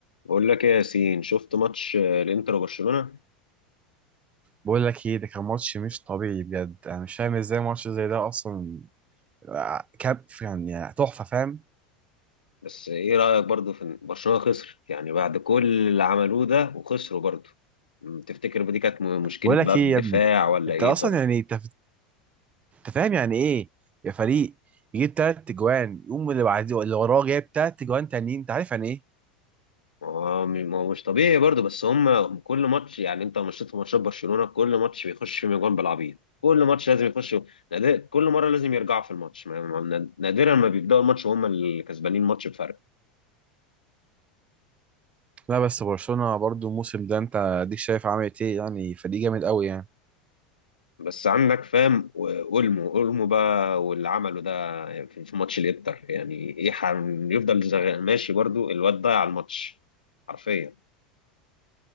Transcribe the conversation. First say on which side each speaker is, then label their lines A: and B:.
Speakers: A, on the left; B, on the right.
A: بقول لك ايه يا ياسين شفت ماتش آه، الانتر وبرشلونة
B: بقول لك ايه ده كان ماتش مش طبيعي بجد انا مش فاهم ازاي ماتش زي ده اصلا آه، كاب يعني تحفه فاهم
A: بس ايه رأيك برضه في إن برشلونة خسر يعني بعد كل اللي عملوه ده وخسروا برضه م، تفتكر دي كانت م- مشكلة
B: بقول
A: بقى
B: لك
A: الدفاع
B: ايه يا ابني
A: ولا
B: انت
A: ايه
B: اصلا
A: طب
B: يعني انت أنت فاهم يعني ايه يا فريق يجيب تلات اجوان يقوم اللي بعديه اللي وراه جايب تلات اجوان تانيين انت عارف يعني ايه
A: ما هو م- ما هو مش طبيعي برضه بس هم كل ماتش يعني انت مشيت في ماتشات برشلونة كل ماتش بيخش فيهم اجوان بالعبيط كل ماتش لازم يخش نادر- كل مرة لازم يرجعوا في الماتش ما- ما- نادرا ما بيبدأوا الماتش وهم اللي كسبانين الماتش بفرق
B: لا بس برشلونه برضو الموسم ده انت اديك شايف عملت ايه يعني فريق جامد قوي يعني
A: بس عندك فاهم اولمو اولمو بقى واللي عمله ده في في ماتش الانتر يعني ايه حن- يفضل زغ- ماشي برضو الواد ضيع الماتش حرفيا